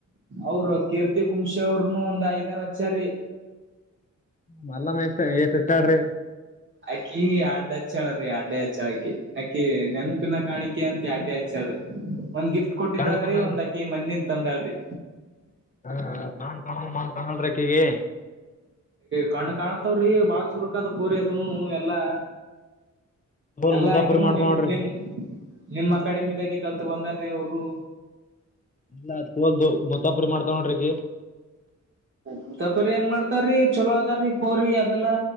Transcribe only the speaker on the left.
ಮಲ್ಲ ಮೈಸ ಏ ಸುತ್ತಾಡ್ರಿ.
ಕಾಣ ಕಾಣ
ಹಾ ಕನ್ ಕಾಣಾ ಮಣ ಕಾಣಲ್ ರ್ರೀ ಆಕಿಗೆ
ತೋಲ್
ಮುದ್ದಾಪುರಿ
ಮಾಡ್ತಾಳ
ನೋಡ್ರಿ
ಆಕಿ
ಇಲ್ಲ ತೋಲ್ ದ ಮುತಾಪ್ರರಿ ಮಾಡ್ತಾಳ್ ನೋಡ್ರಿ ಅಕ್ಕಿ